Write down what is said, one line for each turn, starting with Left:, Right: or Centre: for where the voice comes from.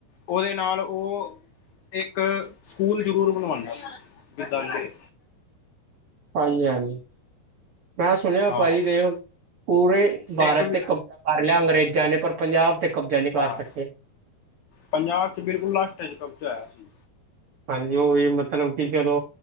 Left: ਉਹਦੇ ਨਾਲ, ਉਹ ਇੱਕ ਸਕੂਲ ਜ਼ਰੂਰ ਬਣਵਾਉਂਦਾ ਸੀ, ਵਿਦਿਆਲੇ
Right: ਹਾਂਜੀ -ਹਾਂਜੀ, ਮੈਂ ਸੁਣਿਆ
Left: ਹਾਂ
Right: ਭਾਜੀ ਦੇਖ ਲਉ ਪੂਰੇ ਭਾਰਤ
Left: ਇੱਕ ਵੀ
Right: ਤੇ ਕਬਜ਼ਾ ਕਰ ਲਿਆ ਅੰਗਰੇਜ਼ਾਂ ਨੇ, ਪਰ ਪੰਜਾਬ ਤੇ ਕਬਜ਼ਾ ਨਹੀਂ ਕਰ
Left: ਹਾਂ
Right: ਸਕੇ।
Left: ਪੰਜਾਬ ਚ, ਬਿਲਕੁਲ ਲਾਸਟ ਚ ਕਬਜ਼ਾ ਆਇਆ ਸੀ।
Right: ਹਾਂਜੀ, ਉਹ ਵੀ ਮਤਲਬ ਕਿ ਜਦੋਂ